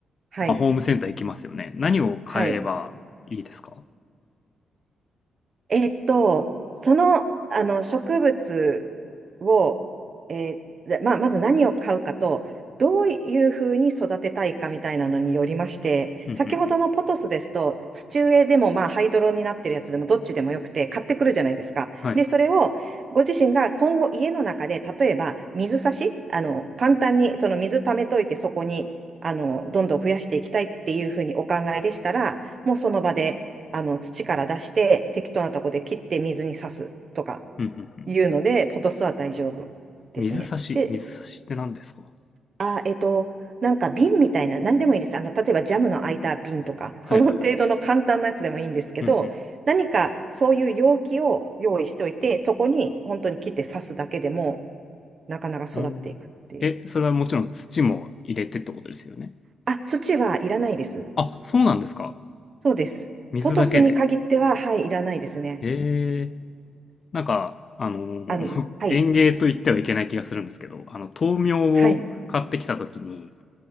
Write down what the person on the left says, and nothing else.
まあ、ホームセンター行きますよね。何を買えばいいですか
うんうんうん。
はい。
うんうんうん。
水差し、
水差しって何ですか
はいはいはい。うん
うん。うん。え、それはもちろん土も入れてってことですよね。
あ、そうなんですか。
水だけで。
えー、なんか、あのー
<laughs> 園芸と言ってはいけない気がするんですけど、あの、豆苗を買ってきたときに、